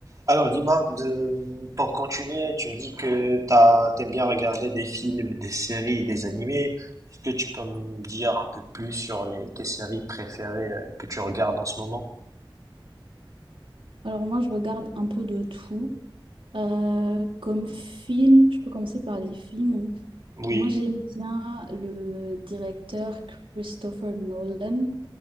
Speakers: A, on the right (about 40°); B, on the right (about 85°).
A: Alors, dis-moi, de- pour continuer, tu me dis que t'as, t'aimes bien regarder des films, des séries, des animés. Est-ce que tu peux me dire un peu plus sur les, tes séries préférées euh, que tu regardes en ce moment?
B: Alors moi, je regarde un peu de tout. Euh, comme film, je peux commencer par les films.
A: Oui,
B: Moi, j'aime bien le directeur Christopher Nolan.